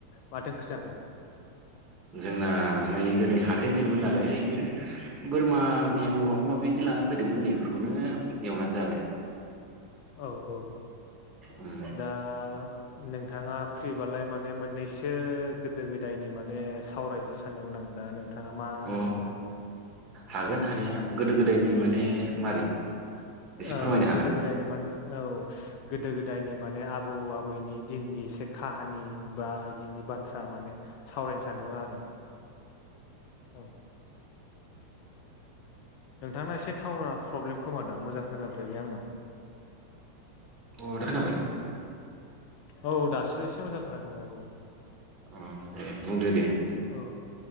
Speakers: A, on the left; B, on the right.
A: माथो ओंख्रि जाखो?
B: जोंना नै दिनै हाथाय दिनमोन नालाय इदिनो बोरमा बिबु
A: औ
B: माबा माबि इदि लाना फैदोंमोन नै बेफोरखौनो एवनानै जाबाय।
A: औ औ,
B: उम
A: दा नोंथाङा फ्रिबालाय माने मोननैसो गोदो गोदायनि माने सावरायनोसो सानदोंमोन। दा नोंथाङा मा
B: अ
A: होनो?
B: हागोन हानाया गोदो गोदायनि माने मारै?
A: ओ,
B: एसे फोरमायनो हागोन
A: गोदो गोदायनि माने औ। गोदो गोदायनि माने आबौ आबौनि दिननि एसे काहानि बा इदिनि बाथ्रा माने सावरायनो सानदोंमोन आरो। औ। नोंथांना एसे टावारा प्रब्लेम खोमादां मोजां खोनाफैयाखै आंनाव।
B: अ दा खोनाबाय?
A: औ दासो एसे मोजां खोनादोंं। औ औ।
B: अ दे बुंदो दे
A: औ